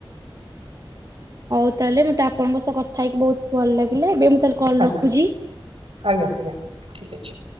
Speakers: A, on the right; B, on the right.
A: ହଉ ତାହେଲେ ମତେ ଆପଣଙ୍କ ସହ କଥା ହେଇକି ବହୁତ ଭଲ ଲାଗିଲା ଏବେ ମୁଁ ତାହେଲେ କଲ୍
B: ଆଜ୍ଞା
A: ରଖୁଛି।
B: ଆଜ୍ଞା, ଆଜ୍ଞା ଠିକ ଅଛି।